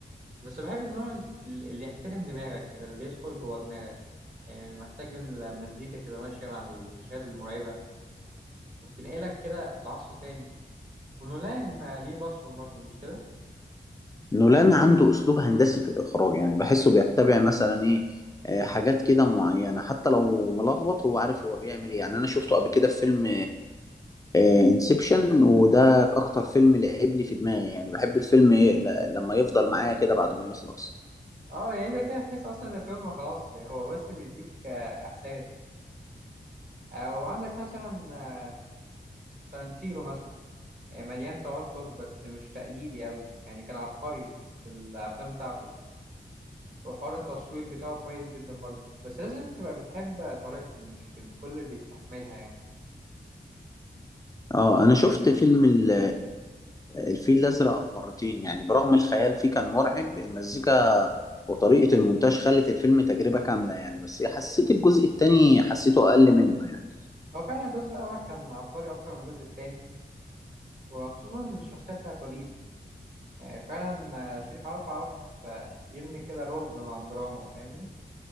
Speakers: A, on the right; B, on the left.
A: بس بحب النوع اللي يحترم دماغك كده اللي بيدخل جوه دماغك يعني محتاج إن المزيكا تبقى ماشية مع المشاهد المرعبة وبتنقلك كده لعصر تاني ونولان ليه بصمة برضه مش كده؟
B: نولان عنده اسلوب هندسي في الاخراج يعني بحسه بيتبع مثلا ايه آه، حاجات كده معينة حتى لو ملخبط هو عارف هو بيعمل ايه يعني انا شفته قبل كده في فيلم انسبشن وده اكتر فيلم لعب لي في دماغي يعني بحب الفيلم ي- ل- لما يفضل معايا كده بعد ما يخلص
A: اه يعني ده كده تحس أصلا إن الفيلم خلاص هو بس بيديك آه، إحساس أو عندك مثلا آه، تارنتينو مثلا آه، مليان توتر بس مش تقليدي أوي يعني كان عبقري في الأفلام بتاعته وحوار التصوير بتاعه كويس جدا برضه بس لازم تبقى بتحب طريقته مش الكل بيستحملها يعني
B: اه انا شفت فيلم ال- الفيل الازرق مرتين يعني برغم الخيال فيه كان مرعب المزيكا وطريقة المونتاج خلت الفيلم تجربة كاملة يعني بس حسيت الجزء التاني حسيته اقل منه يعني
A: هو فعلا الجزء الأول كان عبقري أكتر من الجزء التاني وخصوصا الشخصية بتاعت وليد آه، فعلا آه، شريف عرف عرف آه، يبني كده الرعب مع الدراما فاهمني